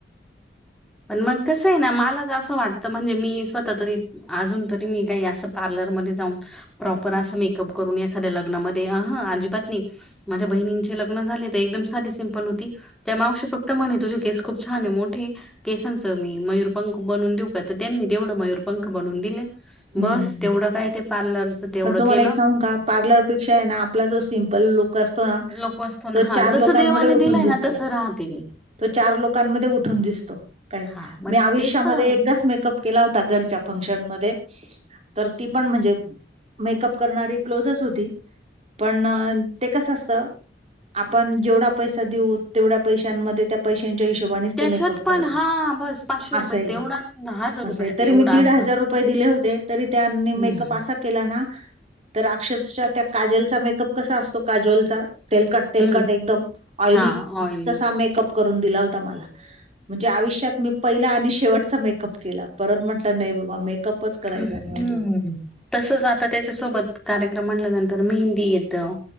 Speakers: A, in the centre; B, on the right.
A: मन मंकस. आहे ना मला तर असं वाटत म्हणजे मी स्वतः तरी अजून तरी मी काही असं पार्लरमध्येध्ये जाऊन. प्रॉपर असं मेकअप करून एखाद्या लग्नामध्ये अहं अजिबात नाही माझ्या बहिणींचे लग्न झाले त एकदम साधी सिम्पल होती त्या मावशी फक्त म्हणे तुझे केस खूप छान ये मोठे केसांचं मी मयूर पंख बनून देऊ का त त्यांनी तेवढं मयूरपंख बनवून दिले.
B: हं,
A: बस तेवढं काय ते पार्लरच तेवढं
B: पण तुम्हाला
A: केलं
B: एक सांगू का पार्लर पेक्षाना आपला जो सिम्पल लुक करतो ना
A: लोक असतो ना
B: तो
A: हा
B: चार
A: जसं
B: लोकांमध्ये
A: देवाने
B: उठून
A: दिलंय
B: दिसतो.
A: ना तसं राहते मी
B: तो चार लोकांमध्ये उठून दिसतो काय
A: हा मग
B: मी आयुष्यामध्ये
A: तेच तर
B: एकदाच मेकअप केला होता घरच्या फंक्शन मध्ये तर ती पण म्हणजे मेकअप करणारी क्लोजच होती पण ते कसं असतं आपण जेवढा पैसा देऊ तेवढ्या पैशांमध्ये त्या पैशांच्या हिशोबानेच
A: त्याच्यात
B: ते मेकअप
A: पण
B: करतात
A: हा बस पाचशे रुपये
B: असाय
A: तेवढा हजार रुपयात
B: असंय तरी
A: एवढा
B: मी दीड
A: असं
B: हजार रुपये दिले होते तरी त्यांनी मेकअप
A: हम्म
B: असा केला ना तर अक्षरच्या त्या काजलचा मेकअप कसा असतो काजोलचा तेलकट तेलकट
A: हम्म
B: एकदम ऑइली
A: हा ऑइली
B: तसा मेकअप करून दिला होता मला म्हणजे आयुष्यात मी पहिला आणि शेवटचा मेकअप केला परत म्हटलं नाही बाबा मेकअपच करायचा
A: हम्म
B: नाही म्हटलं
A: तसच आता त्याच्यासोबत कार्यक्रम म्हणल्यानंतर मेहंदी येतं